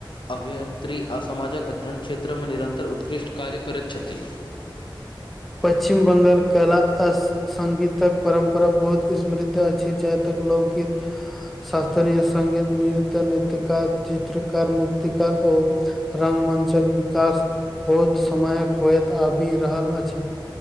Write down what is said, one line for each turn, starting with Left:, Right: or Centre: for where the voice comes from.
Left: अभियन्त्रिकी आ समाजक अध्ययन क्षेत्रमे निरन्तर उत्कृष्ट कार्य करैत छथि।
Centre: पश्चिम बंगाल कलाकस संगगीतक परम्परा बहुत समृद्ध अछि जहां तक लोकगीत शास्त्रीय सङ्गीत नृत्य नृत्यकार चित्रकार मुर्तिकार ओ रङंगमंचक विकास बहुत समयक होइत आबि रहल अछि।